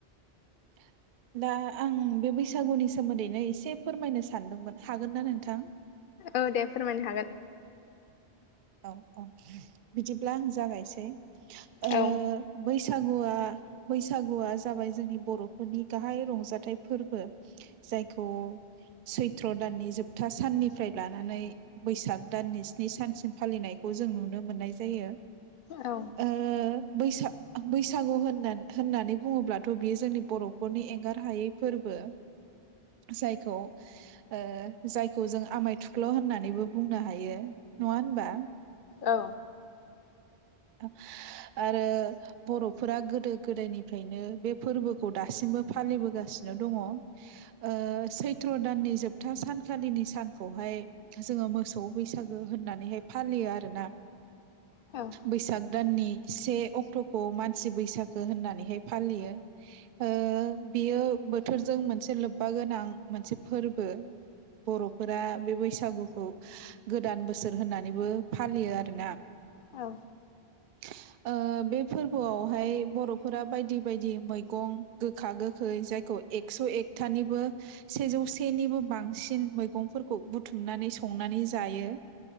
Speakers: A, on the right; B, on the left.
A: <inaudible> दा आं बे बैसागुनि सोमोन्दैनो एसे फोरमायनो सानदोंमोन हागोन ना नोंथां
B: औ दे फोरमायनो हागोन
A: औ औ बिदिब्ला आं जागायसै ओ
B: औ
A: बैस बैसागुआ बैसागुआ जाबाय जोंनि बरफोरनि गाहाय रंजाथाइ फोरबो जायखौ सैथ्र दाननि जोबथा साननिफ्राय लानानै बैसाग दाननि स्नि सानसिम फालिनायखौ जों नुनो मोननाय जायो
B: औ
A: ओ बैसागु होननानै बुङोब्लाथ बियो जोंनि बरफोरनि एंगार हायै फोरबो जायखौ ओ जायखौ जों आमाय थुख्ल होननानैबो बुंनो हायो नंङा होनबा
B: औ
A: <unintelligible> आरो बरफोरा गोदो गोदायनिफ्रायनो बे फोरबोखौ दासिमबो फालिबोगासि नो दंङ ओ सैथ्र दाननि जोबथा सानखालिनि सानखौहाय जों ओ मोसौ बैसागो होननानैहाय फालियो आरोना
B: औ
A: बैसाग दाननि से अक्टखौ मानसि बैसागो होननानैहाय फालियो। ओ ओ बियो बोथोरजों मोनसे लोब्बा गोनां मोनसे फोरबो बरफोरा बे बैसागुखौ गोदान बोसोर होननानैबो फालियो आरोना
B: औ
A: <inaudible> बे फोरबोआवहाय बरफोरा बायदि बायदि मैगं गोखा गोखै जाय खौ एकस एकटानिबो सेजौ सेनिबो बांसिन मैफोरखौ बुथुमनानै सं संनानै जायो